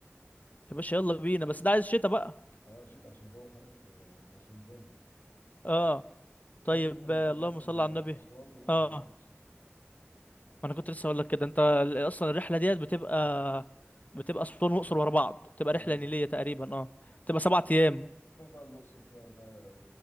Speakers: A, on the left; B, on the left.
A: يا باشا يلا بينا بس ده عايز شتا بقى
B: اه شتا عشان جو حر في في أسوان جامد
A: اه طيب
B: كمان ممكن
A: آه،
B: نخلص
A: اللهم
B: من
A: صل على النبي
B: أسوان ونطلع
A: اه
B: على الأقصر
A: ما انا كنت لسه اقول لك كده انت ال- اصلا الرحله ديت بتبقى بتبقى اسوان واقصر ورا بعض بتبقى
B: ايوه
A: رحله نيليه تقريبا اه
B: آه.
A: بتبقى سبعة
B: بقى-
A: ايام
B: تروح بقى الأقصر تقعد بقى